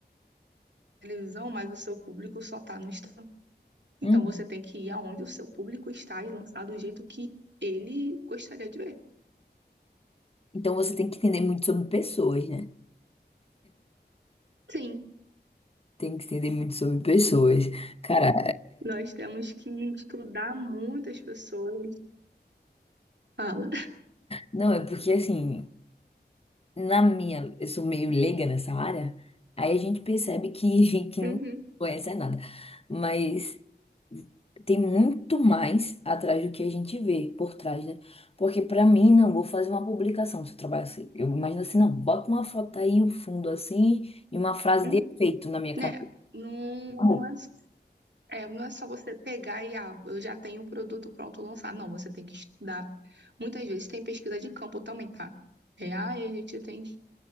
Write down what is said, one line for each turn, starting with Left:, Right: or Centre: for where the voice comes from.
Right: televisão, mas o seu público só está no Instagram. Então
Left: Uhum.
Right: você tem que ir aonde o seu público está e lançar do jeito que ele gostaria de ver.
Left: Então você tem que entender muito sobre pessoas, né?
Right: Sim,
Left: Tem que entender muito sobre pessoas. Cara,
Right: Nós temos que estudar muitas pessoas. Fala.
Left: não, é porque assim, na minha, eu sou meio leiga nessa área, aí a gente percebe que, <laughs> que
Right: Uhum,
Left: não conhece nada. Mas tem muito mais atrás do que a gente vê por trás, né? Porque pra mim, não, vou fazer uma publicação. Se eu trabalho assim, eu imagino assim, não, bota uma foto aí, um fundo assim, e uma frase
Right: uhum.
Left: de efeito na minha
Right: Né?
Left: cabeça.
Right: Não,
Left: Amor,
Right: não é, é, não é só você pegar e, ah, eu já tenho o produto pronto, lançar. Não, você tem que estudar. Muitas vezes tem pesquisa de campo também, tá? É, ah, a gente tem